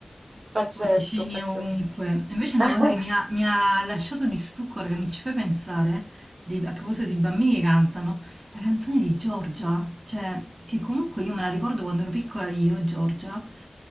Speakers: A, on the right (about 45°); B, on the right (about 75°).
A: co-
B: Pazzesco,
A: Cuoricini
B: pazzesco.
A: ovunque. Invece
B: <laughs>
A: una cosa che mi ha, mi ha lasciato di stucco, ora che mi ci fai pensare, di- a proposito di bambini che cantano, la canzone di Giorgia, cioè che comunque io me la ricordo quando ero piccola io, Giorgia,